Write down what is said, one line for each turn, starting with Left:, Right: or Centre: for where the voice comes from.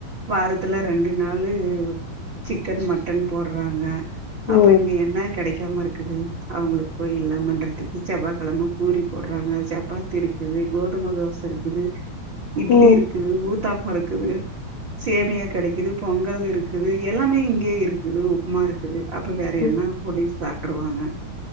Right: வாரத்துல ரெண்டு நாளு சிக்கன் மட்டன் போடுறாங்க அப்ப
Left: ம்
Right: இங்க என்ன கெடைக்காம இருக்குது அவுங்களுக் போய் இல்லாமன்றதுக்கு செவ்வா கிழம பூரி போடுறாங்க சப்பாத்தி இருக்குது கோதும தோச இருக்குது இட்லி
Left: ம்
Right: இருக் குது ஊத்தாப்போ இருக்குது சேமியா கெடைக்குது பொங்கல் இருக்குது எல்லாமே இங்கேயே இருக்குது உப்மா இருக்குது அப்ப வேற
Left: ம்.
Right: என்ன பொடிஸ் சாப்டுருவாங்க